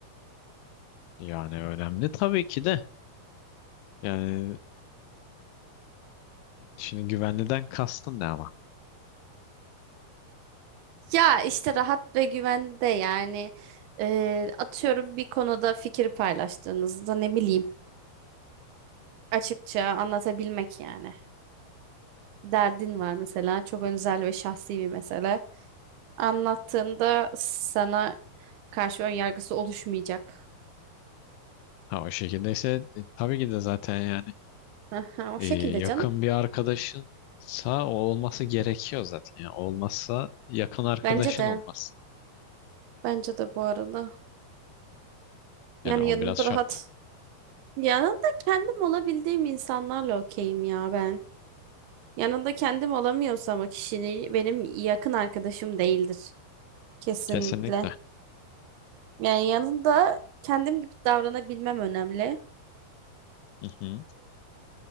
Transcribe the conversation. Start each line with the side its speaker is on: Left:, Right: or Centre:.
Left: yani önemli tabii ki de. Yani şimdi güvenliden kastın ne ama?
Right: Ya işte rahat ve güvende yani eee, atıyorum bir konuda fikir paylaştığınızda ne bileyim açıkça anlatabilmek yani. Bir derdin var mesela çok özel ve şahsi bir mesele. Anlattığında sana karşı ön yargısı oluşmayacak.
Left: Ha o şekildeyse e, tabii ki de zaten yani
Right: Aha, O
Left: e,
Right: şekilde
Left: yakın
Right: canım.
Left: bir arkadaşınsa o olması gerekiyor zaten. Yani olmazsa yakın arkadaşın
Right: Bence de.
Left: olmaz.
Right: Bence de bu arada.
Left: Yani
Right: Yani
Left: o
Right: yanında
Left: biraz şart.
Right: rahat. Yanında kendim olabildiğim insanlarla okeyim ya ben. Yanında kendim olamıyorsam o kişinin benim yakın arkadaşım değildir. Kesinlikle.
Left: Kesinlikle.
Right: Yani yanında kendim gibi davranabilmem önemli.
Left: Hı hı.